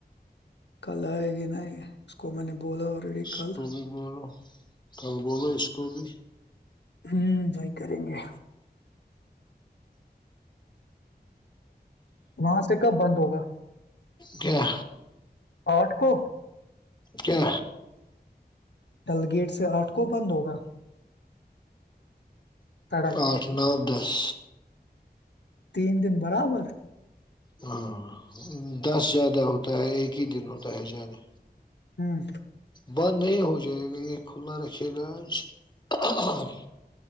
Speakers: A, on the left (about 80°); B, on the left (about 25°).
A: کل آئے گی نہیں اس کو میں نے بولا آلریڈی
B: اسک
A: کل
B: بھی بولو کل بولو اسک بھی
A: ہوں وہی کریں گے وہاں سے کب بند ہوگا
B: کیا
A: آٹھ کو
B: کیا
A: ڈل گیٹ سے آٹھ کو بند ہوگا سڑک
B: آٹھ نو دس
A: تین دن برابر
B: ہاں دس زیادہ ہوتا ہے ایک ہی دن ہوتا ہے زیادہ
A: ہوں
B: بند نہیں ہو جائے گا یہ کھلا رکے گا آج